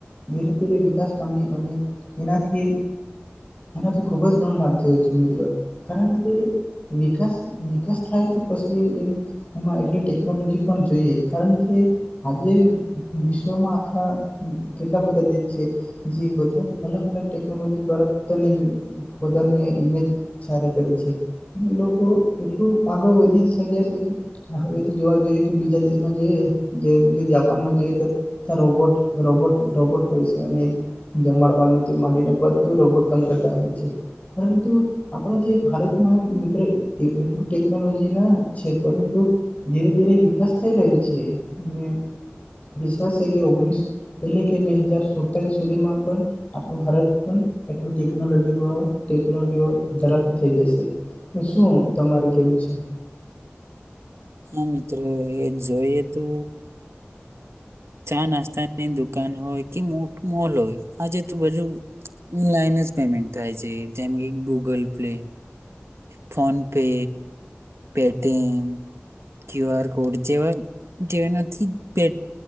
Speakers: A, on the left; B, on the right.
A: ધરે અત્યારે વિકાસ પામી અને એનાથી એનાથી ખૂબ જ ઘણો લાભ થયો છે મિત્રો. કારણ કે વિકાસ વિકાસ થાય તો પછી એમાં એટલી ટેકનોલોજી પણ જોઈએ કારણ કે આજે વિશ્વમાં આખા કેટલા બધા દે શ છે જે બધા અલગ અલગ ટેકનોલોજી દ્વારા પોતાની પોતાની ઈમેજ સારી કરે છે. એ લોકો એટલું આગળ વધી શક્યા છે કે હવે જોવા જઈએ કે બીજા દેશમાં જઈ જેમ કે જાપાનમાં જ રોબોટ રોબોટ રોબોટ હોય છે અને જમાડવાનું માંડીને બધું રોબોટ કામ કરતા હોય છે. પરંતુ આપણે જે ભારત એમાં મિત્ર એટલું ટેકનોલોજી ના છે પરંતુ ધીરે ધીરે વિકાસ થઈ રહ્યો છે અને વિશ્વાસ છે કે ઓગણીસ એટલે કે બે હજાર સુડતાલી સુધીમાં પણ આપણું ભારત પણ એટલું ટેકનોલોજી ટેકનોલોજી ધરાવતા થઈ જશે. તો શું તમારે કેવું છે?
B: હા મિત્રો એ જોઈએ તો ચા નાસ્તાની દુકાન હોય કે મોટું મોલ હોય આજે તો બજુ ઓનલાઈન જ પેમેન્ટ થાય છે. જેમ કે Google pay, PhonePe Paytm, Q R code જેવા જેનાથી પે